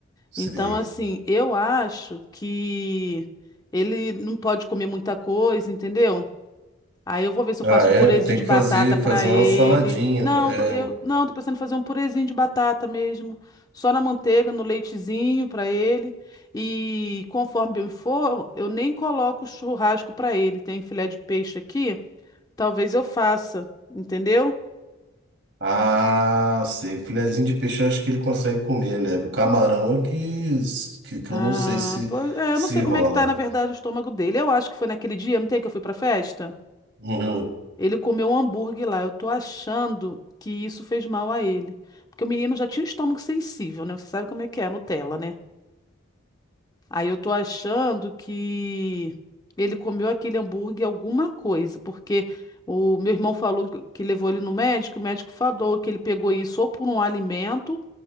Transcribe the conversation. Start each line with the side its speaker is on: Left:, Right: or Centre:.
Right: Sei.
Left: Então, assim, eu acho que ele não pode comer muita coisa, entendeu? Aí eu vou ver se
Right: Ah,
Left: eu faço
Right: é,
Left: um purezinho
Right: tem
Left: de
Right: que
Left: batata
Right: fazer,
Left: pra
Right: fazer
Left: ele.
Right: uma saladinha.
Left: Não,
Right: tá? É.
Left: tô- eu não, tô pensando em fazer um purezinho de batata mesmo, só na manteiga, no leitezinho pra ele. E conforme eu for, eu nem coloco churrasco pra ele. Tem filé de peixe aqui. Talvez eu faça, entendeu?
Right: Ah, sei. Filezinho de peixe eu acho que ele consegue comer, leve. Camarão é que, que, que
Left: Ah,
Right: eu não sei se,
Left: pois é,
Right: se
Left: eu não sei
Right: rola.
Left: como é que tá, na verdade, o estômago dele. Eu acho que foi naquele dia, não tem que eu fui pra festa?
Right: Uhum.
Left: Ele comeu um hambúrguer lá. Eu tô achando que isso fez mal a ele. Porque o menino já tinha um estômago sensível, né? Você sabe como é que é, Nutella, né? Aí eu tô achando que ele comeu aquele hambúrguer alguma coisa, porque o meu irmão falou que que levou ele no médico, o médico falou que ele pegou isso ou por um alimento